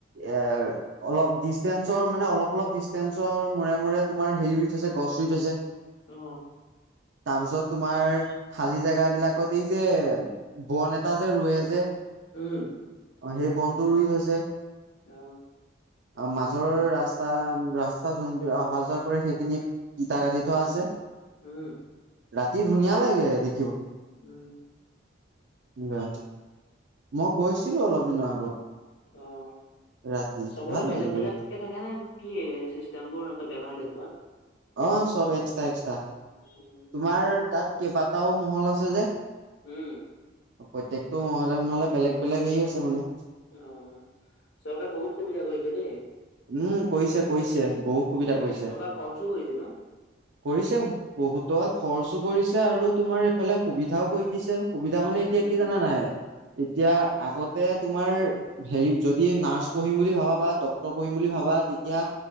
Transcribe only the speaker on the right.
এ অলপ ডিচটেঞ্চৰ মানে অলপ অলপ ডিচষ্টেঞ্চৰ মূৰে মূৰে তোমাৰ হেৰি ৰুইথৈছে গছ। চুইথৈছে।
তাৰপিছত তোমাৰ খালী জেগ বিলাকত এই যে বন এটা যে ৰোৱে যে।
অ সেই বনটো ৰুই থৈছে
অ মাজৰৰ ৰাস্তা ৰাচ যোনবিলাক অহা যোৱা কৰে সেইখিনি ইটা কাটি
থোৱা আছে।
ৰাতি ধুনীয়া লাগে দে
মই গৈছিলো অলপ দিনৰ আগত
ৰাতি
ভাল লাগে
গৈ
অ চব এক্সট্ৰা এক্সট্ৰা
তোমাৰ তাত কেইবাটাও মহল আছে যে
প্ৰত্যেকতটো মহলে মহলে বেলেগ বেলেগ হে আছে মানে
উম কৰিছে কৰিছে বহুত সুবিধা কৰিছে
কৰিছে বহুতক খৰচো কৰিছে আৰু তোমাৰ এইফালে সুবিধাও কৰি দিছে সুবিধা মানে এতিয়া
কি জানা নাই এতিয়া আগতে তোমাৰ হেৰি যদি নাৰ্চ পঢ়িম বুলি ভাবা বা ডক্ৰৰ পঢ়িম বুলি ভাবা তেতিয়া